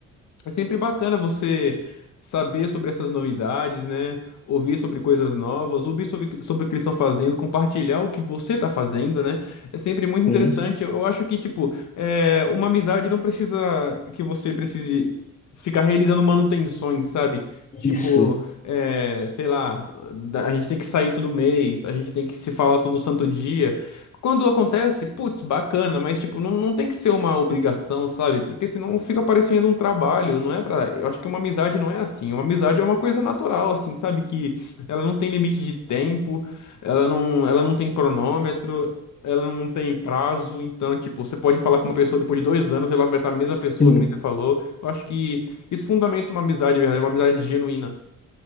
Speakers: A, on the left; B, on the left.
A: É sempre bacana você saber sobre essas novidades, né? Ouvir sobre coisas novas, ouvir sobre, sobre o que eles estão fazendo, compartilhar o que você está fazendo, né? É sempre muito interessante.
B: Sim.
A: Eu acho que, tipo, é, uma amizade não precisa que você precise ficar realizando manutenções, sabe? Tipo,
B: Isso.
A: é, sei lá, da- a gente tem que sair todo mês, a gente tem que se falar todo santo dia. Quando acontece, putz, bacana, mas tipo, não, não tem que ser uma obrigação, sabe? Porque senão fica parecendo um trabalho, não é pra. Eu acho que uma amizade não é assim. Uma amizade é uma coisa natural, assim, sabe? Que ela não tem limite de tempo, ela não, ela não tem cronômetro, ela não tem prazo. Então, tipo, você pode falar com uma pessoa depois de dois anos, ela vai estar a mesma pessoa
B: Sim.
A: que nem você falou. Eu acho que isso fundamenta uma amizade, de verdade, uma amizade genuína.